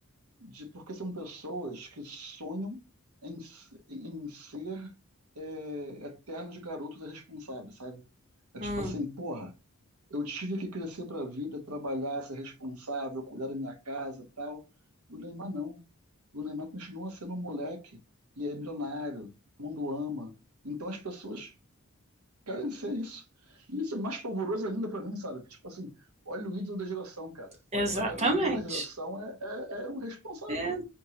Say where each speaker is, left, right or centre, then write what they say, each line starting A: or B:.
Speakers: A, on the right; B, on the right.
A: de porque são pessoas que sonham em, s- em ser é, eternos garotos irresponsáveis, sabe? É tipo
B: Hum.
A: assim, porra, eu tive que crescer pra vida, trabalhar, ser responsável, cuidar da minha casa, tal. E o Neymar não. O Neymar continua sendo um moleque e é milionário, o mundo ama. Então as pessoas Cara, isso é isso. E isso é mais pavoroso ainda pra mim, sabe? Tipo assim, olha o ídolo da geração, cara. Olha,
B: Exatamente.
A: olha o ídolo da geração é, é, é o responsável.
B: É,